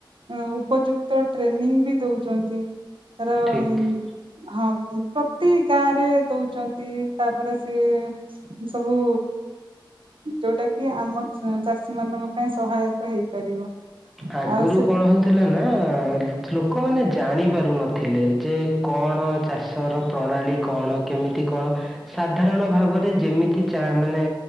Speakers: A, on the right; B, in the centre.
A: ଅ ଉପଯୁକ୍ତ ତ ଟ୍ରେନିଂ ବି ଦଉଛନ୍ତି। ତାର
B: ଠିକ୍
A: ଉ ହଁ ପ୍ରତି ଗାଁରେ ଦଉଛନ୍ତି। ତି ତାପରେ ସିଏ ସବୁ ଯୋଉଟା କି ଆମ ଚା ଚାଷୀ ମାନଙ୍କ ପାଇଁ ସହାୟକ ହେଇପାରିବ।
B: ଆଗରୁ
A: ଆଉ ସେ
B: କଣ ହଉଥିଲା ନା ଲୋ ଲୋ ଲୋକମାନେ ଜାଣିପାରୁନଥିଲେ ଯେ କଣ ଚାଷର ପ୍ରଣାଳୀ କଣ କେମିତି କଣ ସାଧାରଣ ଭାବରେ ଯେମିତି ଚା ମାନେ